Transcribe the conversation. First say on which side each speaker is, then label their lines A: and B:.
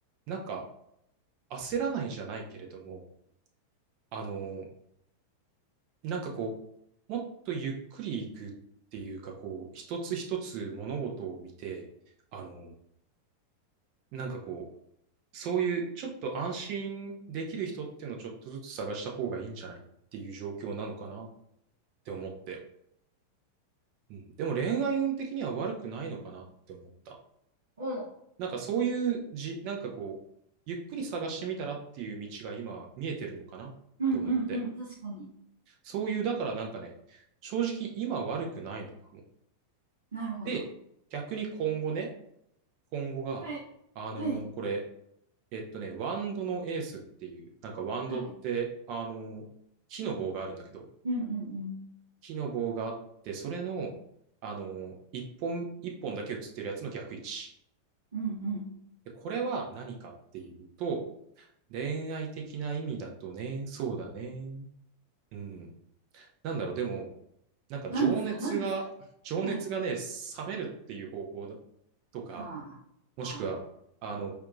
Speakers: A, on the right (about 45°); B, on the right (about 65°).
A: なんか焦らないじゃないけれども、あの、なんかこう、もっとゆっくり行くっていうか、こう、一つ一つ物事を見て、あの、なんかこう、そういうちょっと安心できる人っていうのをちょっとずつ探した方がいいんじゃないっていう状況なのかなって思って。うん、でも恋愛運的には悪くないのかなって思った。
B: を、
A: なんかそういうじ、なんかこう、ゆっくり探してみたらっていう道が今見えてるのかなって思って。
B: うんうんうん。確かに。
A: そういう、だからなんかね、正直今悪くないのかも。
B: なるほど。
A: で、逆に今後ね、今後が、
B: はい。
A: あのーこれ、
B: はい。
A: えっとね、ワンドのエースっていう、なんかワンドって、
B: はい。
A: あのー木の棒があるんだけど、
B: うんうんうん。
A: 木の棒があって、それの、あのー一本、一本だけ映ってるやつの逆位置。
B: うんうん。
A: でこれは何かっていうと、恋愛的な意味だとね、そうだね。うん。なんだろう、でも、なんか情熱が、
B: 何ですか何ですか
A: <laughs> 情熱がね、
B: はい。
A: 冷めるっていう方向だとか、
B: はあ。
A: もしくは、
B: はあ。
A: あの